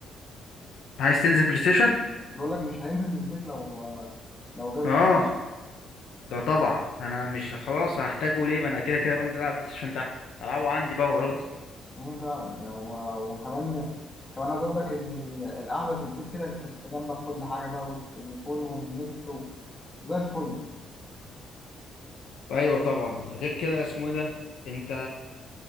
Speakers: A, on the left; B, on the left.
A: عايز تنزل بلاي ستيشن
B: بقول لك مش هينزل من البيت لو لو جاب
A: اه
B: البلاي ستيشن
A: ده طبعا انا مش خلاص هحتاجه ليه ما انا كده كده بنزل العب بلاي ستيشن تحت العبه عندي بقى وخلاص
B: مم، فعلا يعني و- وكمان كمان عايز اقول لك ان ال- القعده في البيت كده انت أنت جنبك كل حاجه بقى والتليفون والنت و- زي الفل
A: ايوه طبعا غير كده اسمه ايه ده انت